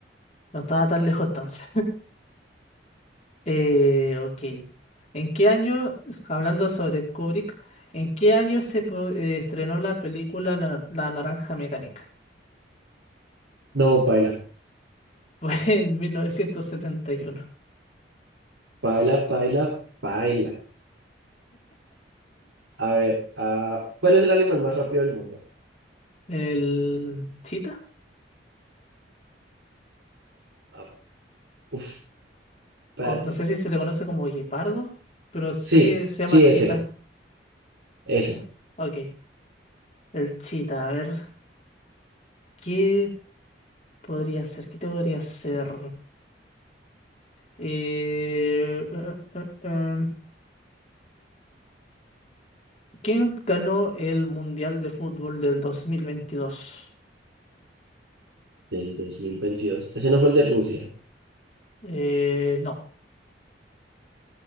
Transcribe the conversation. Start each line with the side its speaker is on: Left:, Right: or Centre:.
Left: no estaba tan lejos entonces. Eh, ok. ¿En qué año, hablando sobre Kubrick, en qué año se pro- eh, estrenó la película La, La Naranja Mecánica?
Right: No, paila.
Left: <laughs> Fue en 1971.
Right: Paila, paila, paila. A ver, ah, ¿cuál es el animal más rápido del mundo?
Left: ¿El Chita?
Right: Ah, uf, espérate.
Left: O no sé si se le conoce como guepardo, pero sé
Right: Sí,
Left: que se llama
Right: sí,
Left: Chita.
Right: ese, ese.
Left: Ah, ok. El Chita, a ver, ¿qué podría ser? ¿Qué te podría ser? Eh, eh, eh, eh, ¿Quién ganó el Mundial de Fútbol del 2022?
Right: Del dos mil veintidós Ese no fue el de Rusia.
Left: Eh, no,